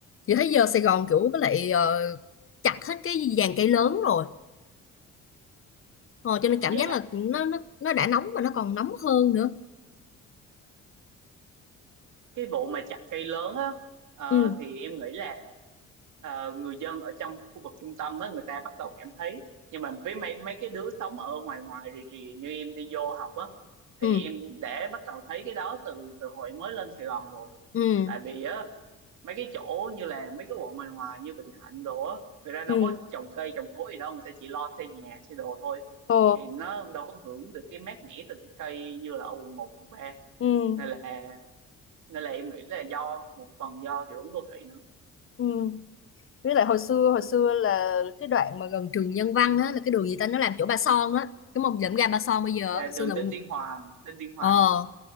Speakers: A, on the left; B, on the right.
A: chị thấy giờ Sài Gòn kiểu với lại ờ, chặt hết cái dàn cây lớn rồi ờ, cho nên cảm
B: dạ
A: giác là nó nó nó đã nóng mà nó còn nóng hơn nữa
B: cái vụ mà chặt cây lớn á ờ,
A: ừ
B: thì em nghĩ là ờ, người dân ở trong khu vực trung tâm đó người ta bắt đầu cảm thấy nhưng mà với mấy mấy cái đứa sống ở ngoài ngoài rì rì như em đi vô học á thì
A: ừ
B: em đã bắt đầu thấy cái đó từ từ hồi mới lên Sài Gòn rồi
A: ừ
B: tại vì á mấy cái chỗ như là mấy cái quận ngoài ngoài như Bình Thạnh đồ á người ta đâu
A: ừ
B: có trồng cây trồng cối gì đâu người ta chỉ lo xây nhà xây đồ thôi
A: ồ
B: thì nó đâu có hưởng được cái mát mẻ từ cái cây như là ở quận một quận ba
A: ừ
B: nên là nên là em nghĩ là do một phần do hiệu ứng đô thị nữa
A: ừ với lại hồi xưa hồi xưa là cái đoạn mà gần trường Nhân Văn á là cái đường gì ta nó làm chỗ Ba Son á cái mông lượm ga Ba Son bây giờ
B: dạ,
A: hồi
B: đường
A: xưa là
B: Đinh Tiên Hoàng Đinh Tiên Hoàng
A: ờ
B: á